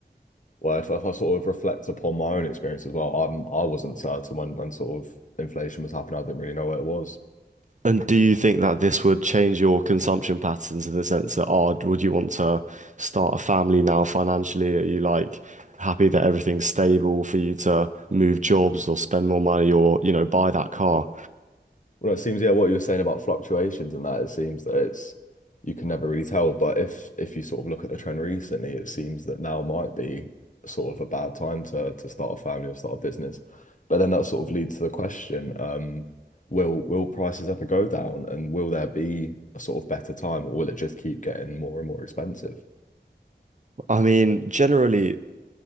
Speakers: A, on the left; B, on the right.
A: Well, if, if I sort of reflect upon my own experience as well, I'm I wasn't certain when when sort of inflation was happening. I didn't really know what it was.
B: And do you think that this would change your consumption patterns in the sense that, oh, would you want to start a family now financially? Are you like happy that everything's stable for you to move jobs or spend more money or, you know, buy that car?
A: Well, it seems, yeah, what you were saying about fluctuations and that, it seems that it's you can never really tell. But if if you sort of look at the trend recently, it seems that now might be sort of a bad time to to start a family or start a business. But then that sort of leads to the question, um, will will prices ever go down and will there be a sort of better time or will it just keep getting more and more expensive?
B: I mean, generally,